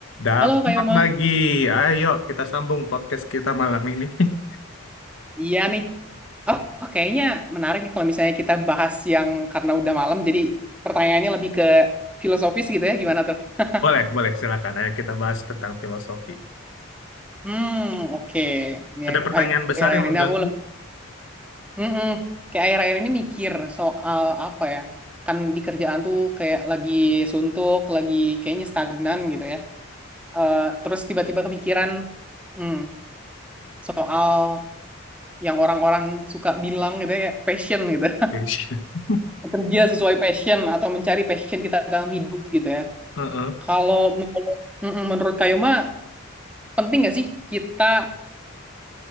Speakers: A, on the left; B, in the centre.
A: Daftar
B: Halo Kak Yoma.
A: lagi. Ayo kita sambung podcast kita malam ini. <laughs>
B: Iya nih. Oh, oh, kayaknya menarik nih kalau misalnya kita bahas yang karena udah malam, jadi pertanyaannya lebih ke filosofis gitu ya, gimana tuh? <laughs>
A: Boleh, boleh, silakan. Ayo kita bahas tentang filosofi.
B: Hmm, oke. Ini
A: Ada pertanyaan
B: akhir-
A: besar
B: akhir-akhir
A: yang mengganggu.
B: ini aku lebih, Mm-mm. kayak akhir-akhir ini mikir soal apa ya? Kan di kerjaan tuh kayak lagi suntuk, lagi kayaknya stagnan gitu ya. Eh, terus tiba-tiba kepikiran, hmm, soal yang orang-orang suka bilang gitu ya, passion gitu.
A: Ish. <laughs>
B: Kerja sesuai passion atau mencari passion kita dalam hidup gitu ya.
A: Heeh.
B: Kalau menurut, mm-mm, menurut Kayoma, penting nggak sih kita